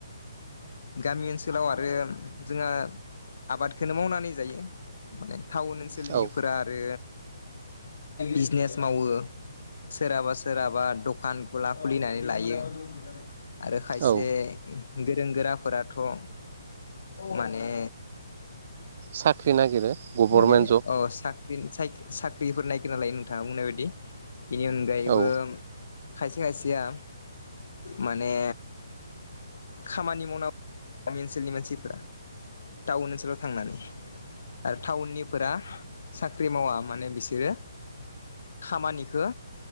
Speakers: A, on the left (about 60°); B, on the right (about 35°).
A: गामि ओनसोलनि ओनसोलाव आरो जोंहा आबादखौ मावनानै जायो माने टाउन ओनसोलनिफोरा
B: औ
A: आरो बिजनेस मावो सोरहाबा सोरहाबा दखान गला खुलिनानै लायो। आरो खायसे
B: औ
A: गोरों गोराफोराथ माने?
B: साख्रि नागिरो गभर्नमेन्ट
A: माने अ
B: जब
A: साख्रिआवला साख्रिफोर नागिरनानै लायो नोंथाङा बुंनाय बायदि बेनि अनगायैबो
B: औ
A: खायसे खायसेया माने खामानि मावनांगौ। गामि ओनसोलनि मानसिफोरा टाउन ओनसोलाव थांनानै आरो टाउननिफोरा साख्रि मावा माने बिसोरो खामानिखौ